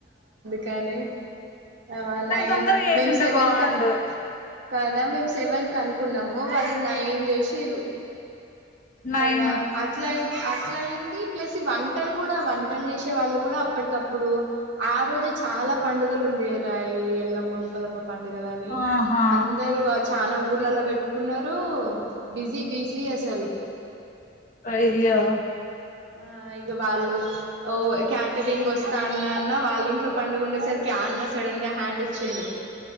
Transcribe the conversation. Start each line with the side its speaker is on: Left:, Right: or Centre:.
Right: కానే ఆ నైన్
Left: తొందరగా చేసుంటే
Right: మేం సెవెన్
Left: బాగుండు
Right: కా కాదా మేము సెవెన్ క అనుకున్నాము వాళ్ళు నైన్ చేసిర్రు
Left: నైన్
Right: ఇగం అట్లయ్ అట్లా అయింది ప్లస్ ఈ వంటలు కూడా, వంటలు చేసే వాళ్ళు కూడా అప్పటికప్పుడు ఆ రోజే చాలా పండుగలు ఉండేరా ఈ ఎల్లమ్మ ఉప్పలమ్మ. పండగలని
Left: ఆహా
Right: అందరు అచ్ చనా ఊర్లలా పెట్టుకున్నరు బిజీ బిజీ అసలు.
Left: అయ్యో
Right: ఆ ఇక వాళ్ళుఓ క్యాటరింగ్ వస్తా అన్నా అన్న వాళ్ళ ఇంట్లో పండుగ ఉండేసరికి ఆ అన్న సడన్ గా హ్యాండ్ ఇచ్చిండు